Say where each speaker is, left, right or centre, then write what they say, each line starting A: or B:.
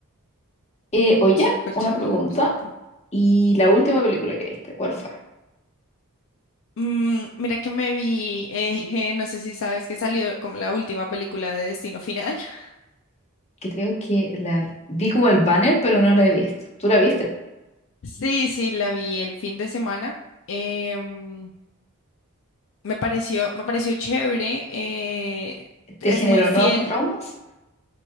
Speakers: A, on the left (about 30°); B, on the left (about 60°).
A: Eh, oye,
B: Súper
A: una
B: chévere
A: pregunta.
B: la perspectiva.
A: ¿Y la última película que viste? ¿Cuál fue?
B: Mm, mira que me vi, eh, <laughs> eh, no sé si sabes que salió como la última película de Destino Final. <laughs>
A: Creo que la vi como el banner, pero no la he visto. ¿Tú la viste?
B: Sí, sí, la vi el fin de semana. Em, me pareció, me pareció chévere. eh,
A: ¿Te
B: es
A: generó
B: muy fiel.
A: nuevos traumas?